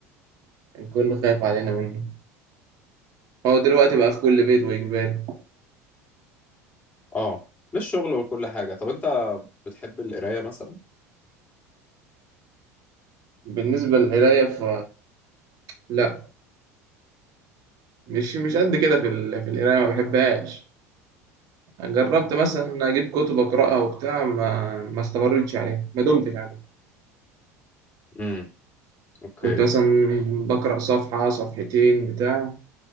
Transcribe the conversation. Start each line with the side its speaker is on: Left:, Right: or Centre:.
Right: كان كله خايف علينا منه هو دلوقتي بقى في كل بيت واجباري
Left: اه للشغل وكل حاجة طب انت بتحب القراية مثلا؟
Right: بالنسبه للقرايه ف لا مش مش قد كده في ال... في القرايه ما بحبهاش جربت مثلا إن اجيب كتب اقراها وبتاع ما ما استمرتش عليها ما دمتش عليها
Left: امم اوكي
Right: كنت مثلا بقرأ صفحة صفحتين بتاع